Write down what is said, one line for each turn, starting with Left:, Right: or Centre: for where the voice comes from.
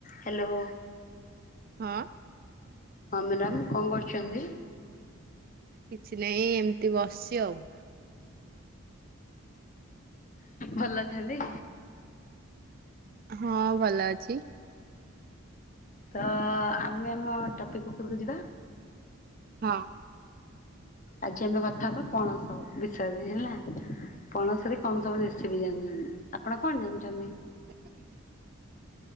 Left: ହ୍ୟାଲୋ। ହଁ
Right: ହଁ
Left: ମ୍ୟାଡ଼ାମ। କଣ କରୁଚନ୍ତି?
Right: କିଛି ନାଇଁ ଏମିତି ବସିଚି ଆଉ।
Left: ଭଲ ଅଛନ୍ତି?
Right: ହଁ ଭଲ ଅଛି।
Left: ତ ଆମେ ଆମ ଟପିକ୍ ଉପରକୁ ଯିବା।
Right: ହଁ।
Left: ଆଜି ଆମେ କଥା ହବା ପଣସ ବିଷୟରେ ହେଲା ପଣସରେ କଣ ସବୁ ରେଶିପି ଜାଣିଛନ୍ତି ଆପଣ କଣ ଜାଣିଚନ୍ତି?